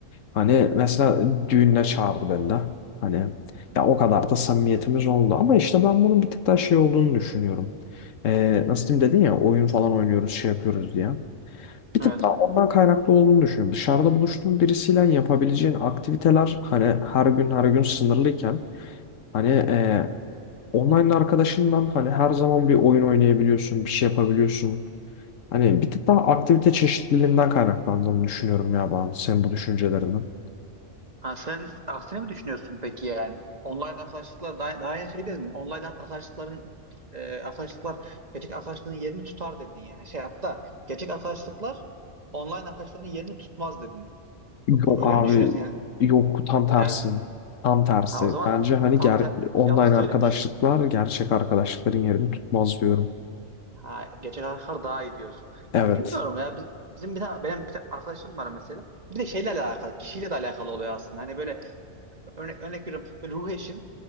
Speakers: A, on the left; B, on the right.
A: Hani mesela düğününe çağırdı beni de. Hani ya o kadar da samimiyetimiz oldu. Ama işte ben bunun bir tık daha şey olduğunu düşünüyorum. Ee, nasıl diyeyim dedin ya oyun falan oynuyoruz şey yapıyoruz diye. Bir
B: Evet.
A: tık daha ondan kaynaklı olduğunu düşünüyorum. Dışarıda buluştuğun birisiyle yapabileceğin aktiviteler hani her gün her gün sınırlıyken hani e, online arkadaşından hani her zaman bir oyun oynayabiliyorsun, bir şey yapabiliyorsun. Hani bir tık daha aktivite çeşitliliğinden kaynaklandığını düşünüyorum ya ben senin bu düşüncelerinin.
B: Ha sen aksine mi düşünüyorsun peki yani? Online arkadaşlıklar daha, daha yeni şey dedin. Online arkadaşlıkların e, arkadaşlıklar gerçek arkadaşlığın yerini tutar dedin yani. Şey hatta gerçek arkadaşlıklar online arkadaşların yerini tutmaz dedin.
A: Yok
B: Bu- Öyle
A: abi
B: mi düşünüyorsun yani?
A: yok tam tersi.
B: Ters,
A: Tam tersi.
B: ha o zaman
A: Bence hani
B: tam
A: ger-
B: ter,
A: online
B: yanlış söylemişsin.
A: arkadaşlıklar gerçek arkadaşlıkların yerini tutmaz diyorum.
B: Ha gerçek arkadaşlar daha iyi diyorsun.
A: Evet.
B: Ya bilmiyorum ya biz- bizim bir tane benim bir tane arkadaşım var mesela. Bir de şeyle alakalı, kişiyle de alakalı oluyor aslında. Hani böyle Örne örnek veriyorum. Böyle ruh eşim.